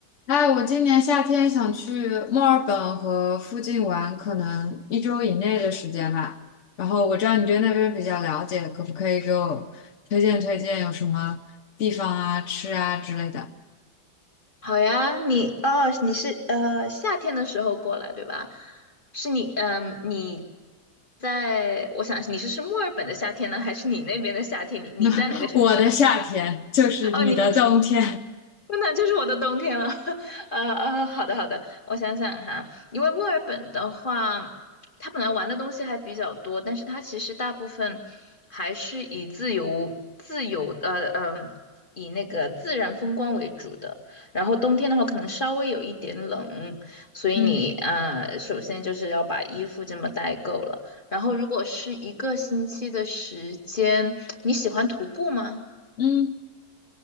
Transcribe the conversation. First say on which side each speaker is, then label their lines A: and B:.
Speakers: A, on the left; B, on the left.
A: 哎，我今年夏天想去墨尔本和附近玩，可能一周以内的时间吧。然后我知道你对那边比较了解，可不可以给我推荐推荐有什么地方啊、吃啊之类的？
B: 好呀，你哦，你是呃夏天的时候过来对吧？是你嗯、你在我想你是是墨尔本的夏天呢，还是你那边的夏天？你你在哪个城市啊？
A: <laughs> 我的夏天就是你的冬天。
B: <laughs> 哦，你的。那就是我的冬天了。<laughs> 呃呃，好的好的，我想想哈，因为墨尔本的话，它本来玩的东西还比较多，但是它其实大部分还是以自由自由呃呃，以那个自然风光为主的。然后冬天的话，可能稍微有一点冷，所以你呃，
A: <laughs> 嗯
B: 首先就是要把衣服这么带够了。然后，如果是一个星期的时间，你喜欢徒步吗？
A: 嗯，